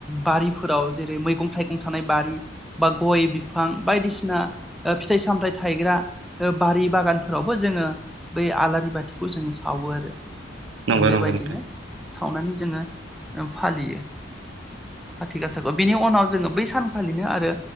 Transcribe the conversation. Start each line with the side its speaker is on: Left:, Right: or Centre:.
Centre: बारिफोराव जेरै मैगं थाइगं-थानाय बारि बा गय बिफ फां बायदिसिना ओ फिथाइ-सामथाय थायग्रा ओ बारि बागानफोरावबो जोङो बै आलारि बाथिखौ जोङो सावो ओ
Right: नंगौ
Centre: बेबायदिनो
Right: नंगौ नोंथां
Centre: सावनानै जोङो ओ फालियो खाथि गासाखौ बिनि उनाव जोङो बै सानखालिनो आरो